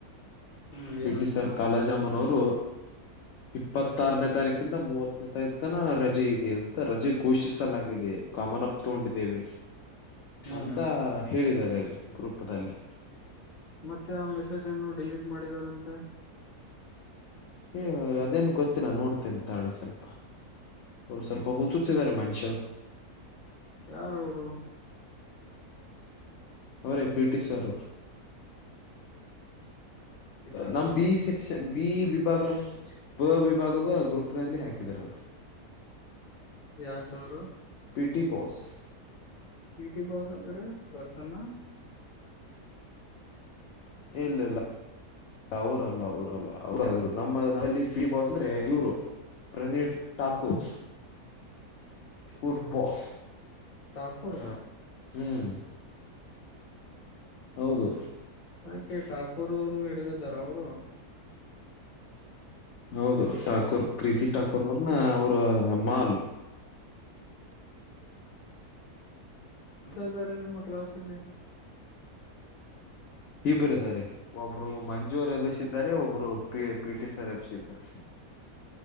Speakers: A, on the left; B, on the left.
A: ಹ್ಮ್
B: ಪಿ
A: ಏನಂತ
B: ಟಿಸರ್ ಕಾಲಾಜಾಮನ್ ಅವರು ಇಪ್ಪತ್ತಾರನೇ ತಾರೀಕಿಂದ ಮೂವತ್ತನೇ ತಾರೀಕ ತನ ರಜೆ ಇದೆ ಅಂತ ರಜೆ ಘೋಷಿಸಲಾಗಿದೆ ಕಮನಪ್ಪ ತೊಂಡಿದ್ದೇವೆ
A: ಹ್ಮ್
B: ಅಂತ ಹೇಳಿದ್ದಾರೆ ಗ್ರೂಪದಲ್ಲಿ
A: ಮತ್ತೆ ಆ ಮೆಸೇಜ್ ಅನ್ನು ಡಿಲೀಟ್ ಮಾಡಿದಾರಂತೆ
B: ಏ ಅದೇನ್ ಗೊತ್ತಿಲ್ಲ ನೋಡ್ತೆಂತಾಳಿ ಸ್ವಲ್ಪ ಅವರು ಸ್ವಲ್ಪ ಹಊಚುಸಿದ್ದಾರೆ ಮನುಷ್ಯ
A: ಯಾರ ಅವರು
B: ಅವರೇ ಪಿ ಟಿ ಸರ್ ಅವರು
A: ಪಿಟಿ
B: ನಮ್ಮ ಬಿ ಸೆಕ್ಷನ್ ಬಿ ವಿಭಾಗ ವಿಭಾಗದ ಗ್ರೂಪ್ ನಲ್ಲಿ ಹಾಕಿದ್ದಾರೆ ಅವ್ರು
A: ಯಾಸ್ ಅವರು
B: PT boss
A: P T boss ಅಂದ್ರೆ ಪ್ರಸನ್ನ
B: ಇಏಲ್ಲಲ್ಲ ಅವರಲ್ಲ ಅವಊರಲ್ಲ ನಮ್ಮಲ್ಲಿ ಬಾಸ್ ಅಂದ್ರೆ ಇರು ಪ್ರನೀಪ್ ಠಾಕೂರ್ ಪೂರ್ಬಸ್
A: ಠಾಕೂರ
B: ಹ್ಮ್ ಹೌದು
A: ಅದಕ್ಕೆ ಠಾಕೂರ್ ಅವ್ರನ್ನ ಹಿಡಿದಿದ್ದಾರ ಅವರು
B: ಹೌದು ಠಾಕೂರ್ ಪ್ರೀತಿ ಠಾಕೂರ್ ಅವರ್ನ್ನ ಅವ್ರ ಮಾಲ್
A: ಅತ್ತ ತಾರೆನ ಮಕ್ಲಸ ಅಲ್ಲೇ
B: ಇಬ್ಬರು ಇದಾರೆ ಒಬ್ರು ಮಂಜುರು ಎಬ್ಿಸಿದ್ದಾರೆ ಒಬ್ರು ಪಿ ಪಿ ಟಿ ಸರ್ ಎಬ್ಸಿದ್ದಾರೆ